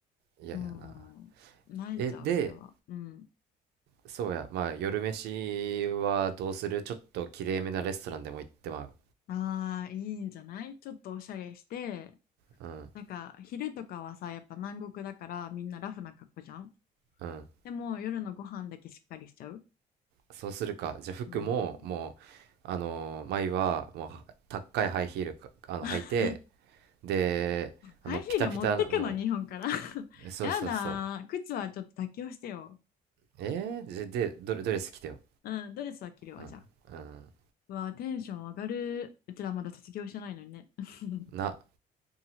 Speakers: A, on the right; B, on the left.
A: 嫌やな。
B: もう泣いちゃうそれはうん
A: え、で、そうや、まあ、夜飯はどうするちょっときれいめなレストランでも行ってまう。
B: ああいいんじゃないちょっとおしゃれして
A: うん、
B: なんか昼とかはさ、やっぱ南国だからみんなラフな格好じゃん。
A: うん。
B: でも夜のご飯だけしっかりしちゃう。
A: そうするか。じゃあ、服も、
B: うん。
A: もう、あのー、前は、もう、は高いハイヒールか、あの、
B: <laughs>
A: 履いて、で、
B: ハイヒール持ってくの、
A: あの、ピタピタな、も
B: 日本から。<laughs>
A: う、そうそうそう。
B: やだー。靴はちょっと妥協してよ。
A: えー、じゃで、ドレ、ドレス着てよ。
B: うん、ドレスは着るわ、
A: うん、
B: じゃあ。
A: うん。
B: うわー、テンション上がる。うちらまだ卒業してないのにね。<laughs>
A: な、